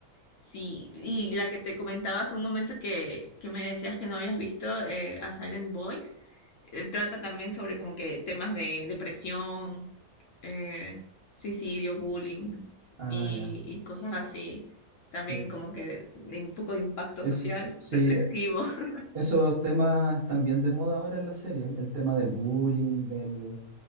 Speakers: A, on the left; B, on the right.
A: Sí, y la que te comentaba hace un momento que, que me decías que no habías visto, eh, A Silent Voice, eh, trata también sobre como que temas de depresión, eh, suicidio, bullying
B: Ah,
A: y,
B: ya.
A: y cosas así. También
B: Sí.
A: como que de un poco de impacto
B: Eso,
A: social,
B: sí,
A: reflexivo. <laughs>
B: Esos temas están bien de moda ahora en la serie. El tema del bullying, del,